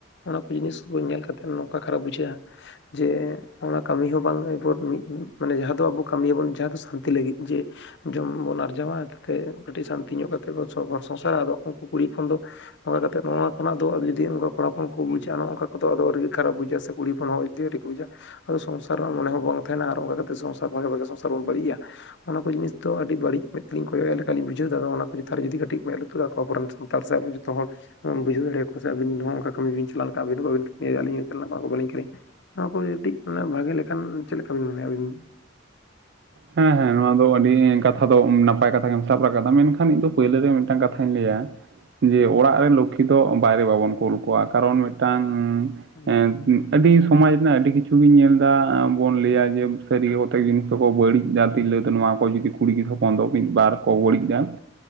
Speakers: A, on the left (about 60°); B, on the right (about 60°).
A: ᱚᱱᱟ ᱠᱚ ᱡᱤᱱᱤᱥ ᱠᱚ ᱧᱮᱞ ᱠᱟ ᱠᱟᱛᱮᱫ, ᱱᱚᱝᱠᱟ ᱠᱷᱟᱨᱟᱯ ᱵᱩᱡᱷᱟᱹᱜ-ᱟ ᱡᱮ, ᱚᱱᱟ ᱠᱟᱹᱢᱤ ᱦᱚᱸ ᱵᱟᱝ ᱮᱨᱯᱚᱨ ᱢᱤᱫ ᱢᱤ ᱢᱟᱱᱮ ᱡᱟᱦᱟᱸ ᱫᱚ, ᱟᱵ ᱠᱟᱹᱢᱤᱭᱟ ᱵᱚᱱ ᱡᱟᱦᱟ ᱫᱚ ᱥᱟᱱᱛᱤ ᱞᱟᱹᱜᱤᱫ ᱡᱮ, ᱡᱚᱢ ᱵᱚᱱ ᱟᱨᱡᱟᱣᱟ ᱛᱮ ᱛᱮ ᱠᱟᱹᱴᱤᱡ ᱥᱟᱱᱛᱤ ᱧᱚᱜ ᱠᱟᱛᱮᱫ ᱵᱚᱱ ᱜᱷᱚᱨ ᱥᱚᱝᱥᱟᱨᱟ, ᱟᱫᱚ ᱩᱱᱠᱩ ᱠᱩᱲᱤ ᱦᱚᱯᱚᱱ ᱫᱚ <inaudible> ᱠᱟᱛᱮᱜ ᱱᱚᱣᱟ ᱠᱷᱚᱱᱟᱜ ᱟᱫᱚ ᱡᱩᱫᱤ ᱚᱱᱠᱟ ᱠᱚᱲᱟ ᱦᱚᱯᱚᱱ ᱠᱚ ᱵᱩᱡ-ᱟ, ᱱᱚᱝᱠᱟ ᱠᱚᱫᱚ ᱟᱹᱰᱤ ᱠᱷᱟᱨᱟᱯ ᱵᱩᱡᱷᱟᱹᱜ ᱟᱥᱮ ᱠᱩᱲᱤ ᱦᱚᱯᱚᱱ ᱦᱳᱭ ᱛᱮ ᱟᱹᱣᱨᱤ ᱠᱚ ᱵᱩᱡᱟ᱾ ᱟᱫᱚ ᱥᱚᱝᱥᱟᱨ ᱨᱮ ᱢᱚᱱᱮ ᱦᱚᱸ ᱵᱟᱝ ᱛᱟᱦᱮᱱᱟ, ᱟᱨ ᱚᱱᱠᱟ ᱠᱟᱛᱮ ᱥᱚᱝᱥᱟᱨ ᱵᱷᱟᱜᱮ ᱵᱷᱟᱜᱮ ᱥᱚᱝᱥᱟᱨ ᱵᱚᱱ ᱵᱟᱹᱲᱤᱡᱜ-ᱟ᱾ ᱚᱱᱟ ᱠᱚ ᱡᱤᱱᱤᱥ ᱫᱚ ᱟᱹᱰᱤ ᱵᱟᱹᱲᱤᱡ, ᱢᱮᱫ ᱛᱮᱞᱤᱧ ᱠᱚᱭᱚᱜ ᱮᱜ ᱞᱮᱠᱟᱞᱤᱧ ᱵᱩᱡᱷᱟᱹᱣᱫᱟ, ᱟᱫᱚ ᱚᱱᱟ ᱠᱚ ᱪᱮᱛᱟᱱ ᱨᱮ ᱡᱚᱫᱤ ᱠᱟᱹᱴᱤᱡ ᱢᱮᱫ ᱞᱩ <inaudible> ᱟᱵᱚᱨᱮᱱ ᱥᱟᱱᱛᱟᱲ ᱥᱮ ᱟᱵᱚ ᱡᱚᱛᱚ ᱦᱚᱲ ᱵᱩᱡᱷᱟᱹᱣ ᱫᱟᱲᱮ ᱟᱠᱚ ᱯᱟᱥᱮᱜ ᱟᱵᱤᱱ ᱫᱚ ᱦᱟᱸᱜ ᱚᱱᱠᱟ ᱠᱟᱹᱢᱤ ᱵᱤᱱ ᱪᱟᱞᱟ ᱞᱮᱱᱠᱷᱟᱡ ᱟᱹᱵᱤᱱ ᱦᱚᱸ ᱵᱟᱵᱤᱱ ᱠᱤᱧ ᱟᱹᱞᱤᱧ ᱠᱷᱮᱞ <unintelligible> ᱱᱚᱣᱟ ᱠᱚ ᱠᱟᱹᱴᱤᱡᱽ ᱢᱟᱱᱮ ᱵᱷᱟᱜᱮ ᱞᱮᱠᱷᱟᱱ ᱪᱮᱫ ᱞᱮᱠᱟ ᱵᱤᱱ ᱢᱚᱱᱮᱭᱟ ᱟᱹᱵᱤᱱ᱾
B: ᱦᱮᱸ ᱦᱮᱸ ᱱᱚᱣᱟ ᱫᱚ ᱟᱹᱰᱤ ᱠᱟᱛᱷᱟ ᱫᱚ ᱱᱟᱯᱟᱭ ᱠᱟᱛᱷᱟ ᱜᱮᱢ ᱥᱟᱵᱽ ᱨᱟᱠᱟᱫᱟ ᱢᱮᱱᱠᱷᱟᱱ ᱤᱧ ᱫᱚ ᱯᱳᱭᱞᱳ ᱨᱮ ᱢᱤᱫᱴᱟᱝ ᱠᱟᱛᱷᱟᱧ ᱞᱟᱹᱭᱟ᱾
A: <inaudible>
B: ᱡᱮ ᱚᱲᱟᱜ ᱨᱮᱱ ᱞᱚᱠᱠᱷᱤ ᱫᱚ ᱵᱟᱭᱨᱮ ᱵᱟᱵᱚᱱ ᱠᱳᱞ ᱠᱚᱣᱟ ᱠᱟᱨᱚᱱ ᱢᱤᱫᱴᱟᱝ
A: ᱦᱩᱸ
B: ᱮᱸ ᱟᱹᱰᱤ ᱥᱚᱢᱟᱡᱽ ᱨᱮᱱᱟᱜ ᱟᱹᱰᱤ ᱠᱤᱪᱷᱩ ᱜᱤᱧ ᱧᱮᱞ ᱮᱫᱟ ᱵᱚᱱ ᱞᱟᱹᱭᱟ ᱡᱮ ᱥᱟᱹᱨᱤᱜᱮ ᱯᱚᱛᱮᱠ ᱡᱤᱱᱤᱥ ᱫᱚᱠᱚ ᱵᱟᱹᱲᱤᱡ ᱡᱟᱹᱛᱤ ᱞᱟᱹᱭ ᱛᱮ ᱱᱚᱣᱟ ᱠᱚ ᱡᱩᱫᱤ ᱠᱩᱲᱤ <inaudible> ᱦᱚᱯᱚᱱ ᱫᱚ, ᱢᱤᱫ ᱵᱟᱨ ᱠᱚ ᱵᱟᱹᱲᱤᱡ ᱜᱟᱱ